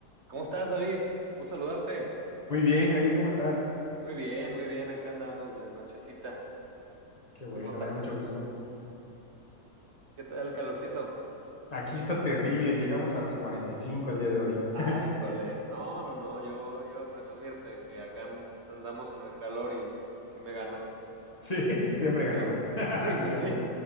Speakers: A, on the right (about 50°); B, on the left (about 25°).
A: ¿Cómo estás, David? Gusto saludarte.
B: Muy bien, Jair, ¿cómo estás?
A: Muy bien, muy bien. Acá andamos de nochecita.
B: Qué bueno,
A: ¿Tú cómo estás?
B: me da mucho gusto.
A: ¿Qué tal el calorcito?
B: Aquí está terrible, llegamos a los 45 el día de hoy.
A: Ay,
B: <laughs>
A: jole. No, no, no. Yo iba a presumirte que acá an- andamos en el calor y sí me ganas.
B: Sí, siempre ganamos.
A: Sí,
B: <laughs>
A: sí,
B: En calor.
A: <laughs> sí.